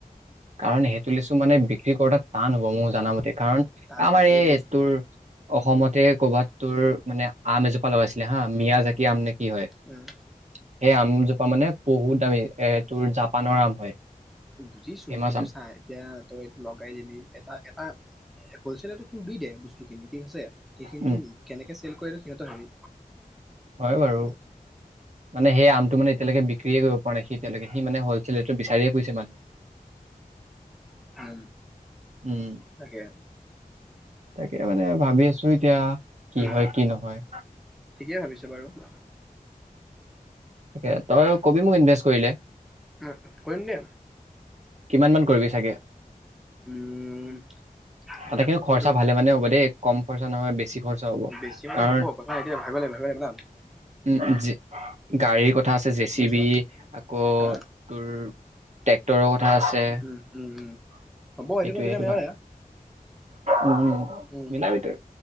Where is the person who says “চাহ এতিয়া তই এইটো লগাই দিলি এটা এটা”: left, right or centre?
Centre